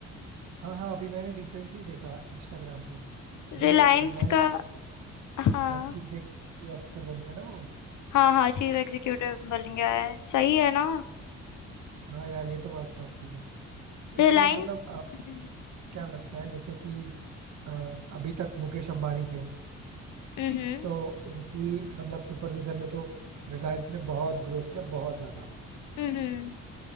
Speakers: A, on the right; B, on the left.
A: हाँ हाँ अभी मैंने रिसेंटली देखा इंस्टाग्राम पे वो
B: रिलायंस
A: रिलायंस
B: का हाँ
A: चीफ एग्जीक्यूटिव ऑफिसर बन गया ना वो
B: हाँ हाँ चीफ एग्जीक्यूटिव बन गया है सही है ना
A: हाँ यार ये तो बात साफ सही है वैसे
B: रिलायंस
A: मतलब आप
B: हम्म
A: क्या लगता है जैसे कि अ, अभी तक मुकेश अंबानी थे
B: हम्म
A: तो उनकी मतलब सुपरविजन में तो रिलायंस ने बहुत ग्रोथ किया बहुत ज़्यादा
B: हम्म।